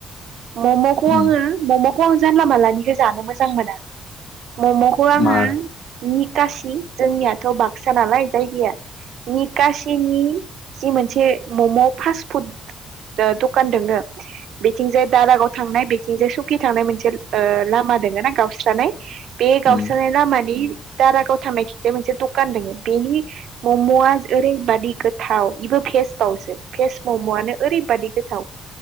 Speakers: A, on the right; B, on the left.
A: मम'खौ
B: उम
A: आङो मम'खौ आं जानला मानलानिखौ जानो मोजां मोना। मम'खौ आङो
B: मा
A: निखासि जोंनियाथ' बाक्सा नालाय जायगाया निकसिनि जि मोनसे मम' फास्ट फुड दखान दङो बेथिंजाय दारागाव थांनाय बिथिंजाय सुकि थांनाय मोनसे ओ लामा लामा दङ ना गावस्रानाय बे
B: उम
A: गावस्रानाय लामानि दारागावथामनाय खि मोनसे दखान दङ बेनि मम'आ ओरैबादि गोथाव बेबो फेसबावसो फेस मम'आनो ओरैबादि गोथ थाव